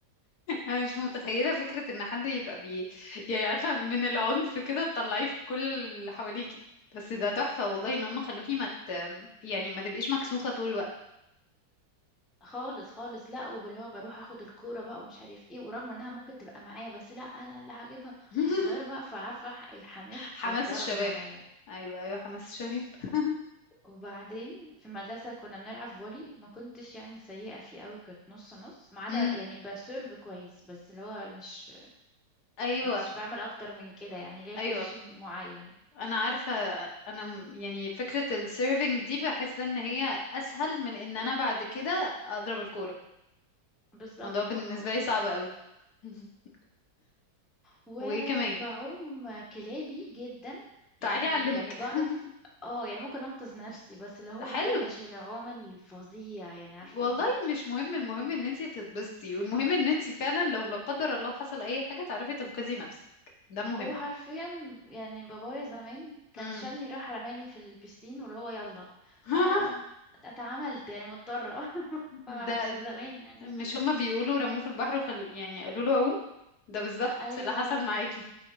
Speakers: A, on the left; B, in the centre.
A: انا مش متخيلة فكرة ان حد يبقى بي يعني عارفة من العنف كده تطلعيه في كل اللي حواليكي بس ده تحفة والله ان هم خلوكي ما مت... يعني ما تبقيش مكسوفة طول الوقت
B: خالص خالص لا وباللي هو بروح اخد الكوره بقى ومش عارف ايه ورغم انها ممكن تبقى معايا بس لا انا اللي هجيبها
A: <laughs>
B: كنت صغيره بقى فعارفه ح- الحماس
A: حماس
B: اتضرب
A: الشباب
B: معايا
A: ايوه ايوه حماس الشباب <laughs>
B: وبعدين في المدرسه كنا بنلعب فولي ما كنتش يعني سيئه فيه قوي كنت نص نص ما عدا
A: امم
B: يعني بسيرف كويس بس اللي هو مش
A: ايوه
B: مش بعمل اكتر من كده يعني ليا بوزيشن
A: ايوه
B: معين
A: انا عارفه انا م- يعني فكره السيرفينج دي بحس ان هي اسهل من ان انا بعد كده اضرب الكوره
B: بالظبط
A: الموضوع بالنسبه
B: اه
A: لي صعب قوي <laughs>
B: وبعوم
A: وايه كمان
B: كلابي جدا
A: تعالي
B: يعني
A: اعلمك
B: يعني بعرف
A: <laughs>
B: اه يعني ممكن انقذ نفسي بس اللي هو
A: ده حلو
B: بقى مش العوم الفظيع يعني عارفه
A: والله
B: ازاي
A: مش مهم المهم ان انتي تتبسطي والمهم ان انتي فعلا لو لا قدر الله حصل اي حاجه تعرفي تنقذي نفسك ده مهم
B: هو حرفيا يعني بابايا زمان كان
A: امم
B: شالني راح رماني في البسين واللي هو يلا
A: <laughs>
B: فانا اتعاملت يعني مضطره <laughs>
A: ده
B: فمن زمان يعني
A: مش هما بيقولوا رموه في البحر وخل... يعني قالوا له عوم ده بالظبط
B: ايوه
A: اللي حصل معاكي